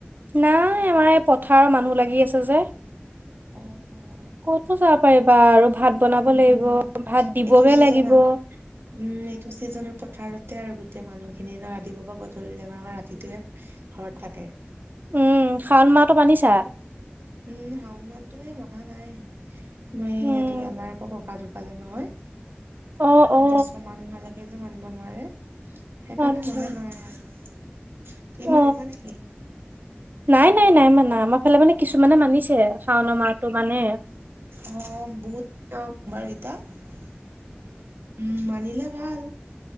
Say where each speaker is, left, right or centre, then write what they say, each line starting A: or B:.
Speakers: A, on the right (about 50°); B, on the right (about 75°).
A: নাই, আমাৰ এই পথাৰৰ মানুহ লাগি আছে যে।
B: অ, অ।
A: ক'তো যাব পাৰিবা আৰু, ভাত বনাব
B: উম
A: লাগিব, ভাত দিবগে
B: এইটো চিজন
A: লাগিব।
B: উম, এইটো চিজনত পথাৰতে আৰু গোটেই মানুহখিনি ন, ৰাতিপুৱাৰ পৰা গধূলিলেকে, অকল ৰাতিটোহে ঘৰত থাকে।
A: উম, শাওন মাহটো মানিছা?
B: উম, শাওণমাহ‌টোৱে মনা নাই, মই
A: উম
B: আমাৰ ককা ঢুকালে নহয়।
A: অ, অ।
B: ছয় মাহ নোহোৱালৈকে যে মানিব নোৱাৰে, সেইকাৰণে
A: আচ্ছা
B: মনা নাই আৰু। তুমি
A: অ
B: মানিছা নেকি?
A: নাই, নাই, নাই মানা। আমাৰ ফালে মানে কিছুমানে মানিছে। শাওনৰ মাহটো মানে
B: অ, বহুত <unintelligible> বাৰকেইটা। উম, মানিলে ভাল।